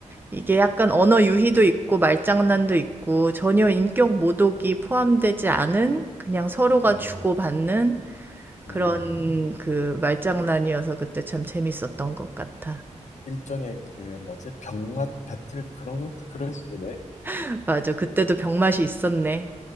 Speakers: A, on the right; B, on the left.
A: 이게 약간 언어 유희도 있고 말장난도 있고 전혀 인격 모독이 포함되지 않은 그냥 서로가
B: 음,
A: 주고받는 그런
B: 음.
A: 그 말장난이어서 그때 참 재밌었던 것 같아.
B: 일종의 그 뭐지? 병맛 배틀 그런 건 그런 식이네.
A: <laughs> 맞아. 그때도 병맛이 있었네.